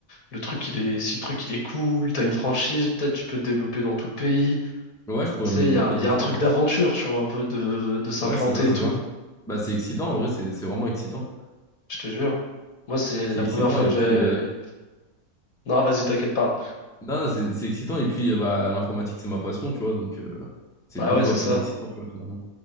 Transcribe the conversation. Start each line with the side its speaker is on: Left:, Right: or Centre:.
Left: le truc, il est, si le truc, il est cool, t'as une franchise, peut-être tu peux te développer dans tout le pays. Tu
Centre: Ouais, je pourrais
Left: sais,
Centre: me développer
Left: il y a, un- il
Centre: de
Left: y
Centre: fou
Left: a un truc
Centre: en plus.
Left: d'aventure, tu vois, un peu de, de s'implanter
Centre: Ouais, c'est ça,
Left: et
Centre: c'est
Left: tout.
Centre: ça. Bah, c'est excitant, en vrai, c'est c'est vraiment excitant.
Left: Je te jure. Moi, c'est
Centre: C'est
Left: la
Centre: excitant
Left: première fois
Centre: et
Left: que
Centre: puis...
Left: j'avais...
Centre: euh,
Left: Non, vas-y, t'inquiète, parle.
Centre: Non, non, c'est c'est excitant et puis euh, bah, l'informatique, c'est ma passion, tu vois, donc euh, c'est
Left: Bah
Centre: deux
Left: ouais,
Centre: fois
Left: c'est
Centre: plus
Left: ça.
Centre: excitant, tu vois, finalement.